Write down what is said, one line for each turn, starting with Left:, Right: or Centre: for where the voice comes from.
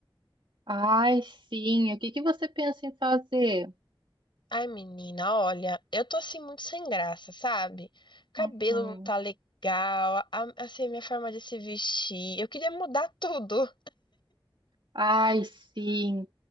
Right: Ai, sim. O que que você pensa em fazer?
Left: Ai, menina, olha, eu tô assim muito sem graça, sabe? Cabelo
Right: Uhum.
Left: não tá legal, a- assim, a minha forma de se vestir. Eu queria mudar tudo.
Right: Ai, sim.